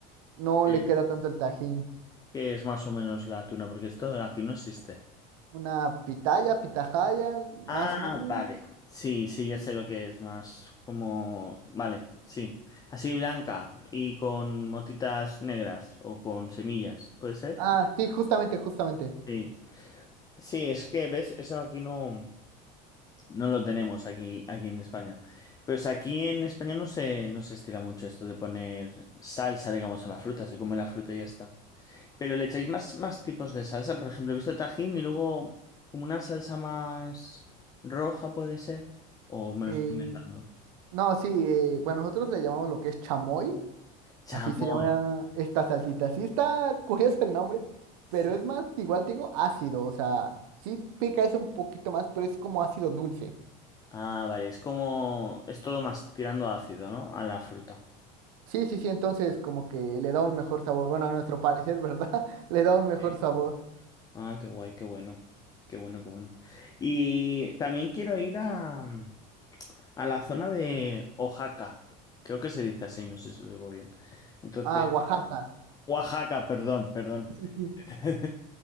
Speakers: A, on the right; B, on the left.
A: no
B: Sí.
A: le queda tanto el tajín.
B: Que es más o menos la tuna, porque esto aquí no existe.
A: Una pitaya, pitahaya, más
B: Ah,
A: o menos.
B: vale. Sí, sí, ya sé lo que es más como... Vale, sí. Así blanca y con motitas negras o con semillas, ¿puede ser?
A: Ah, sí, justamente, justamente.
B: Sí. Sí, es que, ¿ves? Eso aquí no, no lo tenemos aquí, aquí en España. Pero es aquí en España no se, no se estila mucho esto de poner salsa, digamos, a la fruta. Se come la fruta y ya está. Pero le echáis más, más tipos de salsa. Por ejemplo, he visto tajín y luego como una salsa más roja, ¿puede ser? ¿O me
A: Eh,
B: lo estoy inventando?
A: no, sí, eh, bueno, nosotros le llamamos lo que es chamoy.
B: Chamoy.
A: Así se llama esta salsita. Sí está curioso el nombre,
B: Sí.
A: pero es más, igual te digo, ácido. O sea, sí pica ese un poquito más, pero es como ácido dulce.
B: Ah, vale, es como... Es todo más tirando a ácido, ¿no? A la fruta.
A: Sí, sí, sí, entonces como que le da un mejor sabor. Bueno, a nuestro parecer, ¿verdad? <laughs> Le da un mejor
B: Sí.
A: sabor.
B: Ah, qué guay, qué bueno. Qué bueno, qué bueno. Y también quiero ir a, mm, a la zona de Oaxaca. Creo que se dice así, no sé si lo digo bien. Entonces,
A: Ah, Oaxaca.
B: Oaxaca, perdón, perdón.
A: Sí, sí. sí.
B: <laughs>